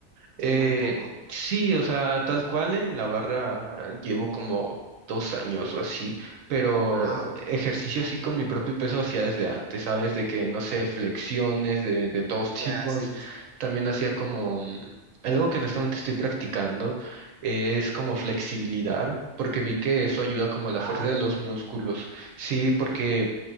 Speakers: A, on the right (about 85°); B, on the right (about 65°).
A: Eh,
B: Tienes muy poco.
A: sí, o sea, tal cual en la barra llevo como dos años o así, pero
B: Ah, ok.
A: ejercicio así con mi propio peso hacía desde antes, ¿sabes? De que, no sé, flexiones de, de todos <laughs> tipos.
B: Ya, sí, sí, sí.
A: También hacía como mm, algo que honestamente estoy practicando, es como flexibilidad, porque vi que eso ayuda como a la
B: Ah,
A: fuerza de los
B: qué loco.
A: músculos. Sí, porque